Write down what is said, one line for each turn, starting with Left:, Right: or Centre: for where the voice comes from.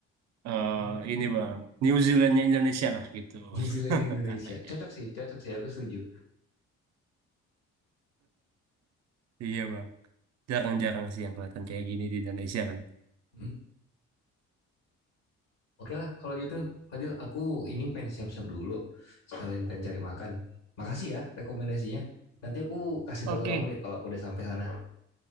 Right: eh ini bang. New Zealandnya Indonesia lah gitu
Left: New Zealand
Right: <laughs>
Left: Indonesia.
Right: katanya.
Left: Cocok sih, cocok sih. Aku setuju.
Right: Iya bang. Jarang-jarang sih yang kelihatan kayak gini di Indonesia kan.
Left: Mm. Oke lah, kalau gitu, Fadil, aku ini pengen siap-siap dulu. Sekalian pengen cari makan. Makasih ya rekomendasinya. Nanti aku kasih
Right: Oke.
Left: tahu ke kamu deh kalau aku udah sampai sana.